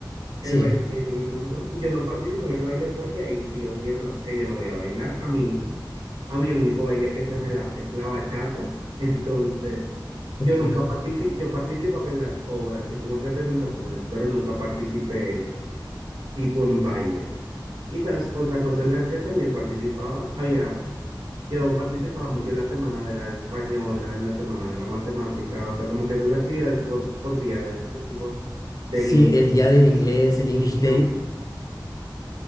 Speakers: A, on the right; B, on the left.
A: El
B: Sí,
A: baile que hizo mi profesor. Yo no participo en el baile porque ahí sí yo decía, no, es que yo no voy a bailar. A mí, a mí el único baile que se me da es la bachata. <laughs> Entonces,
B: ok.
A: yo nunca participo, yo participaba en las obras, así como en representaciones, pero nunca participé tipo en bailes. Y sabes, otra cosa en la que también participabas, había, yo participaba mucho en la semana de la española, en la semana de la matemática, o sea, como que esas actividades por, por día de la lengua, del
B: Sí,
A: inglés,
B: el día
A: de
B: del
A: la
B: inglés,
A: francofonía.
B: el English Day,